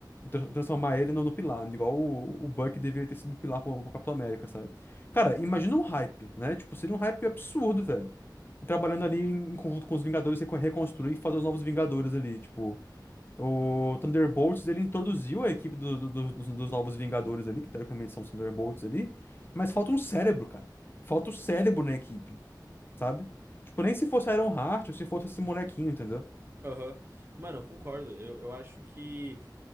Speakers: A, on the left; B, on the right.
A: Tra- Transformar ele no, no Pilar, igual o, o Buck deveria ter sido Pilar pro, pro Capitão América, sabe? Cara, imagina um hype, né? Tipo, seria um hype absurdo, velho. Trabalhando ali em conjunto com os Vingadores, recon- reconstruir e fazer os novos Vingadores ali, tipo. O Thunderbolts, ele introduziu a equipe do- do- do- dos, dos Novos Vingadores ali, que teoricamente são os Thunderbolts ali, mas falta um cérebro, cara. Falta o cérebro na equipe, sabe? Tipo, nem se fosse Ironheart ou se fosse esse molequinho, entendeu?
B: Aham. Mano, eu concordo. Eu, eu acho que.